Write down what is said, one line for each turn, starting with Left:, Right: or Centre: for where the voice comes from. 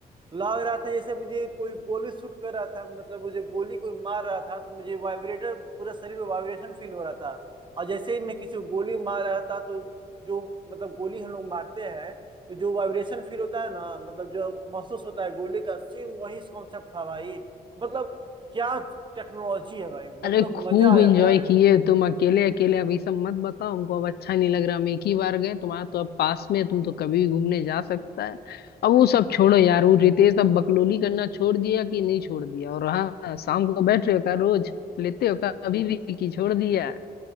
Right: लग रहा था जैसे मुझे कोई गोली शूट कर रहा था मतलब मुझे गोली कोई मार रहा था तो मुझे वाइब्रेटर पूरा शरीर में वाइब्रेशन फील हो रहा था और जैसे ही मैं किसी को गोली मार रहा था तो जो मतलब गोली हम लोग मारते हैं तो जो वाइब्रेशन फील होता है ना मतलब जो महसूस होता है गोली का सेम वही कॉन्सेप्ट था भाई मतलब क्या टेक्नोलॉजी है भाई मतलब
Left: अरे खूब
Right: मजा आ जाता
Left: एंजॉय
Right: है
Left: किए तुम अकेले अकेले अभी सब मत बताओ हमको अब अच्छा नहीं लग रहा हम एक ही बार गए तुम्हारा तो अब पास में है, तुम तो कभी भी घूमने जा सकता है अब वो सब छोड़ो यार वो रितेश अब बकलोली करना छोड़ दिया कि नहीं छोड़ दिया और हाँ शाम को बैठ रहे हो क्या रोज लेते हो क्या अभी भी कि छोड़ दिया